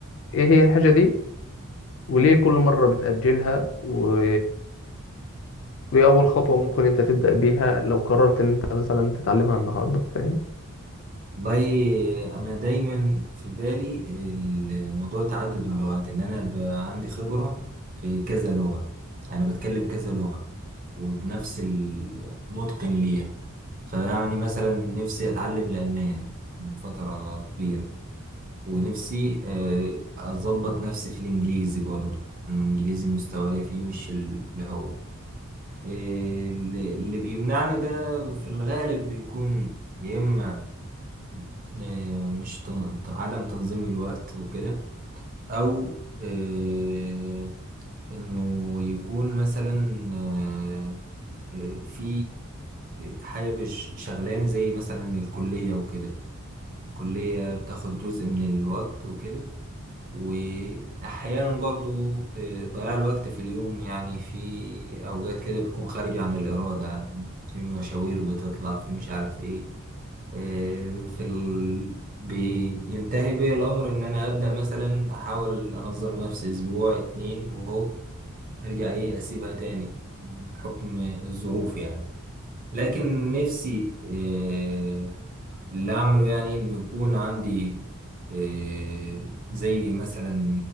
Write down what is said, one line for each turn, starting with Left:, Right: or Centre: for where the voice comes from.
Left: ايه هي الحاجة دي وليه كل مرة بتأجلها و... وإيه أول خطوة ممكن أنت تبدأ بيها لو قررت إن أنت مثلا تتعلمها النهاردة فاهم
Right: والله انا دايما في بالي الموضوع تعدد اللغات ان انا بقى عندي خبرة في كذا لغة انا بتكلم كذا لغة وبنفس المتقن ليها فيعني مثلا نفسي اتعلم الالماني من فترة كبيرة ونفسي آه، اظبط نفسي في الانجليزي برضو الانجليزي مستواي فيه مش اللي هو آه، اللي اللي بيمنعني ده في الغالب بيكون يا اما آه، مش تن- ت- عدم تنظيم الوقت وكده او آه، انه يكون مثلا آه، آه، في آه، حاجة مش شغلانة زي مثلا الكلية وكده الكلية بتاخد جزء من الوقت وكده وأحيانا برضو آه، ضياع الوقت في اليوم يعني في أوقات كده بتكون خارجة عن الإرادة يعني في مشاوير بتطلع في مش عارف إيه آه، في ال... بينتهي بي الأمر إن أنا أبدأ مثلا أحاول أنظم نفسي أسبوع اتنين وهو أرجع إيه أسيبها تاني بحكم الظروف يعني لكن نفسي آه، اللي أعمله يعني إنه يكون عندي آه، زي مثلا